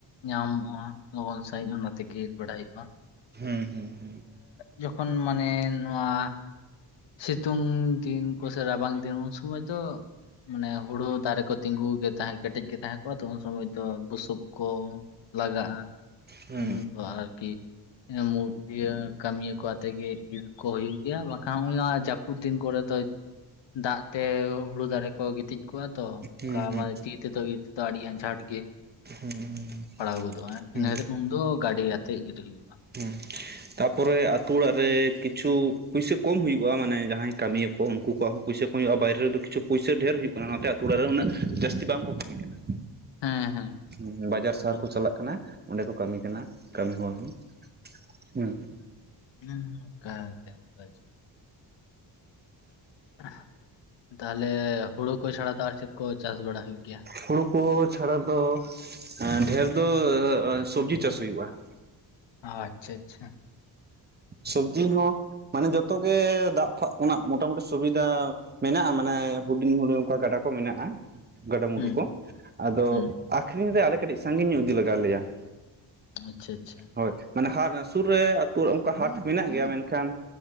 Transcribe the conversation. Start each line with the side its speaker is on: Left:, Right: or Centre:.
Left: ᱧᱟᱢᱚᱜᱼᱟ, ᱦᱟᱸᱜ, ᱞᱚᱜᱚᱱ ᱥᱟᱺᱦᱤᱡ ᱚᱱᱟ ᱛᱮᱜᱮ ᱵᱟᱰᱟᱭᱚᱜᱼᱟ ᱾
Right: ᱦᱩᱸ, ᱦᱩᱸ ᱦᱩᱸ ᱾
Left: ᱡᱚᱠᱷᱚᱱ ᱢᱟᱱᱮ ᱱᱚᱣᱟ, ᱥᱤᱛᱩᱝ ᱫᱤᱱ ᱠᱚ ᱥᱮ, ᱨᱟᱵᱟᱝ ᱫᱤᱱ ᱩᱱ ᱥᱚᱢᱚᱭ ᱫᱚ, ᱢᱟᱱᱮ ᱦᱳᱲᱳ ᱫᱟᱨᱮ ᱠᱚ, ᱛᱤᱸᱜᱩ ᱜᱮ, ᱛᱟᱦᱮᱸ ᱠᱮᱴᱮᱡ ᱜᱮ, ᱛᱟᱦᱮᱸ ᱠᱚᱜᱼᱟ ᱛᱚ, ᱩᱱ ᱥᱚᱢᱚᱭ ᱫᱚ ᱵᱩᱥᱩᱵ ᱠᱚ, ᱞᱟᱜᱟᱜᱼᱟ ᱾
Right: ᱦᱩᱸ
Left: <unintelligible> <unintelligible> ᱮ ᱢᱩ ᱤᱭᱟᱹ ᱠᱟᱹᱢᱤᱭᱟᱹ ᱠᱚ ᱟᱛᱮ ᱜᱮ, ᱤᱨ ᱠᱚ ᱦᱩᱭᱩᱜ ᱜᱮᱭᱟ, ᱵᱟ ᱛᱟᱦᱩᱸ ᱱᱚᱣᱟ ᱡᱟᱹᱯᱩᱫ ᱫᱤᱱ ᱠᱚᱨᱮ ᱫᱚ, ᱫᱟᱜ ᱛᱮ ᱦᱳᱲᱳ ᱫᱟᱨᱮ, ᱠᱚ ᱜᱤᱛᱤᱡ ᱠᱚᱜᱼᱟ ᱛᱚ, ᱚᱝᱠᱟ
Right: ᱦᱩᱸ
Left: ᱢᱟᱱᱮ ᱛᱤ ᱛᱮᱫᱚ ᱤᱨ ᱛᱮᱫᱚ, ᱟᱹᱰᱤ ᱟᱸᱡᱷᱟᱴ ᱜᱮ
Right: ᱦᱩᱸ
Left: ᱾ ᱯᱟᱲᱦᱟᱣ ᱜᱚᱫᱚᱜᱼᱟ ᱾
Right: ᱦᱩᱸ
Left: ᱤᱱᱟᱹ ᱠᱷᱟᱹᱛᱤᱨ ᱩᱱᱫᱚ ᱜᱟᱹᱰᱤ ᱟᱛᱮ ᱜᱮ, ᱤᱨ ᱦᱩᱭᱩᱜᱼᱟ ᱾
Right: ᱦᱩᱸ <unintelligible> <inaudible> ᱛᱟᱯᱚᱨᱮ, ᱟᱹᱛᱩ ᱚᱲᱟᱜ ᱨᱮ ᱠᱤᱪᱷᱩ ᱯᱩᱭᱥᱟᱹ ᱠᱚᱢ ᱦᱩᱭᱩᱜᱼᱟ ᱾ ᱢᱟᱱᱮ ᱡᱟᱦᱟᱸᱭ ᱠᱟᱹᱢᱤᱭᱟ ᱠᱚ, ᱩᱱᱠᱩ ᱠᱚᱣᱟᱜ ᱦᱚᱸ ᱾ ᱯᱚᱭᱥᱟᱹ ᱠᱚ ᱦᱩᱭᱩᱜᱼᱟ ᱾ ᱵᱟᱭᱨᱮ ᱨᱮᱫᱚ ᱠᱤᱪᱷᱩ ᱯᱩᱭᱥᱟᱹ ᱰᱷᱮᱨ ᱦᱩᱭᱩᱜ ᱠᱟᱱᱟ ᱾ ᱚᱱᱟᱛᱮ ᱟᱹᱛᱩ ᱚᱲᱟᱜ ᱨᱮ, ᱩᱱᱟᱹᱜ ᱡᱟᱹᱥᱛᱤ ᱵᱟᱝ ᱠᱚ ᱠᱟᱹᱢᱤ ᱠᱟᱱᱟ᱾ ᱾
Left: ᱦᱮᱸ ᱦᱮᱸ
Right: ᱩᱸᱼ, ᱵᱟᱡᱟᱨ ᱥᱟᱦᱟᱨ ᱠᱚ ᱪᱟᱞᱟᱜ ᱠᱟᱱᱟ ᱾ ᱚᱸᱰᱮ ᱠᱚ ᱠᱟᱹᱢᱤ ᱠᱟᱱᱟ, ᱠᱟᱹᱢᱤ ᱦᱚᱲ ᱦᱚᱸ ᱾ ᱦᱩᱸ ᱾
Left: ᱦᱩᱸ, ᱚᱱᱠᱟ ᱜᱮ, ᱚᱝᱠᱟ ᱡᱷᱚ ᱾ ᱟᱼᱦ, ᱛᱟᱦᱚᱞᱮ ᱦᱳᱲᱳ ᱠᱚ, ᱪᱷᱟᱲᱟ ᱟᱨ ᱪᱮᱫ ᱠᱩ ᱪᱟᱥ ᱵᱟᱲᱟ ᱦᱩᱭᱩᱜ ᱜᱮᱭᱟ ᱾
Right: ᱦᱳᱲᱳᱩ ᱠᱚ ᱪᱷᱟᱲᱟ ᱫᱚ, ᱮᱸᱼ ᱰᱷᱮᱨ ᱫᱚᱼᱚ-ᱚ, ᱥᱚᱵᱡᱤ ᱪᱟᱥ ᱦᱩᱭᱩᱜᱼᱟ ᱾
Left: ᱟᱼ ᱪᱷᱟ, ᱪᱷᱟ ᱾
Right: ᱥᱚᱵᱽᱡᱤ ᱦᱚᱸ ᱢᱟᱱᱮ, ᱡᱚᱛᱚ ᱜᱮ ᱫᱟᱜ ᱯᱷᱟᱜ ᱠᱷᱚᱱᱟᱜ, ᱢᱚᱴᱟᱢᱩᱴᱤ ᱥᱩᱵᱤᱫᱷᱟ ᱢᱮᱱᱟᱜᱼᱟ ᱾ ᱢᱟᱱᱮ ᱦᱩᱰᱤᱧ ᱦᱩᱰᱤᱧ ᱚᱱᱠᱟ ᱜᱟᱰᱟ ᱠᱚ ᱢᱮᱱᱟᱜᱼᱟ ᱾ ᱜᱟᱰᱟᱢᱩᱰᱩ
Left: ᱦᱩᱸ
Right: ᱠᱚ, ᱟᱫᱚ
Left: ᱦᱩᱸ
Right: ᱟᱠᱷᱨᱤᱧ ᱨᱮ ᱟᱞᱮ ᱠᱟᱹᱴᱤᱡ ᱥᱟᱺᱜᱤᱧ ᱧᱚᱜ, ᱤᱫᱤ ᱞᱟᱜᱟᱣ ᱞᱮᱭᱟ ᱾
Left: ᱟᱼᱪᱷᱟ, ᱪᱷᱟ ᱾
Right: ᱦᱳᱭ, ᱢᱟᱱᱮ ᱦᱟ ᱥᱩᱨ ᱨᱮ ᱟᱹᱛᱩ ᱦᱟᱴ ᱢᱮᱱᱟᱜ ᱜᱮᱭᱟ ᱢᱮᱱᱠᱷᱟᱱ,